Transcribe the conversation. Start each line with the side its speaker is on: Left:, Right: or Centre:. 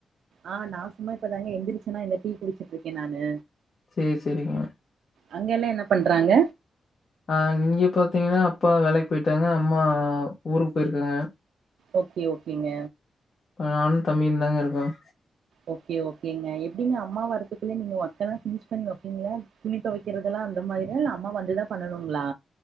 Right: ஆஹ் நான் சும்மா இப்பதாங்க எந்திரிச்சுன்னா இந்த டீ குடிச்சிட்டு இருக்கேன் நானு
Left: செரி செரிங்க
Right: அங்க எல்லா என்ன பண்றாங்க
Left: அஹ் இங்க பாத்தீங்கன்னா அப்பா வேலைக்கு போயிட்டாங்க அம்மா ஊருக்கு போயிருக்காங்க
Right: ஓகே ஓகேங்க
Left: நானும் தம்பியும் தாங்க இருக்கோம்.
Right: ஓகே ஓகேங்க எப்டிங்க அம்மா வரதுக்குள்ளே நீங்க ஒர்க்கெல்லாம் பினிஷ் பண்ணி வைப்பீங்களா துணி தொவைக்கிறதல்லாம் அந்த மாதிரிதான் இல்ல அம்மா வந்துதான் பண்ணணுங்களா